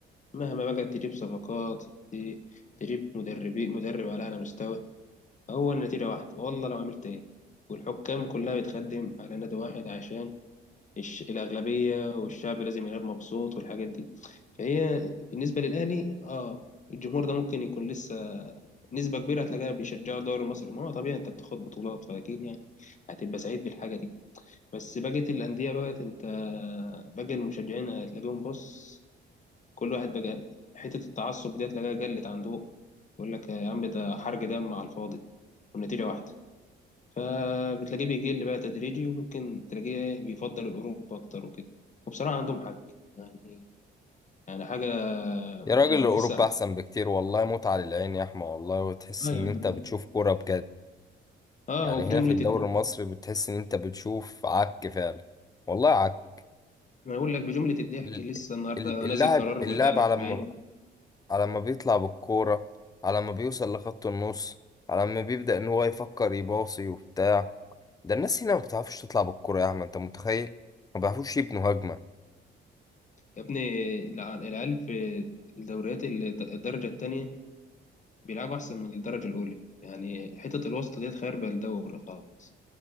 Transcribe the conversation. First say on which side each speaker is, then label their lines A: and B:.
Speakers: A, on the left (about 40°); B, on the left (about 20°).
A: مهما بقى تجيب صفقات ت- تجيب مدربين مدرب على اعلى مستوى هو النتيجه واحده والله لو عملت ايه والحكام كلها بتخدم على نادي واحد عشان الش- الأغلبية والشعب لازم يلعب مبسوط والحاجات دي فهي بالنسبة للأهلي اه الجمهور ده ممكن يكون لسه نسبة كبيرة هتلاقيها بيشجعوا الدوري المصري ما هو طبيعي انت بتاخد بطولات فأكيد يعني هتبقى سعيد بالحاجة دي بس بقية الأندية بقت انت باقي المشجعين هتلاقيهم بص كل واحد بقى حتة التعصب دي هتلاقيها قلت عنده يقول لك يا عم ده حرق دم على الفاضي والنتيجة واحدة فبتلاقيه بيقل بقى تدريجي وممكن تلاقيه إيه بيفضل الأوروبا أكتر وكده وبصراحة عندهم حق يعني يعني حاجة
B: يا راجل
A: يعني
B: اوروبا
A: لسه اه
B: احسن بكتير والله متعة للعين يا احمد والله وتحس
A: يعني
B: ان انت
A: ايه
B: بتشوف كرة بجد
A: اه
B: يعني
A: وبجملة
B: هنا في الدوري
A: الضحك
B: المصري بتحس ان انت بتشوف عك فعلا والله عك
A: ما اقول لك بجملة الضحك
B: ال-
A: لسه النهارده
B: ال- اللاعب
A: نازل قرار
B: اللاعب
A: بتاع الاسماعيلي
B: على ما على ما بيطلع بالكورة على ما بيوصل لخط النص على ما بيبدأ ان هو يفكر يباصي وبتاع ده الناس هنا ما بتعرفش تطلع بالكورة يا عم انت متخيل ما بيعرفوش يبنوا هجمة
A: يا ابني الع- العيال في الدوريات ال- الدرجة التانية بيلعبوا أحسن من الدرجة الأولى يعني حتة الوسط ديت خاربة الدوري خالص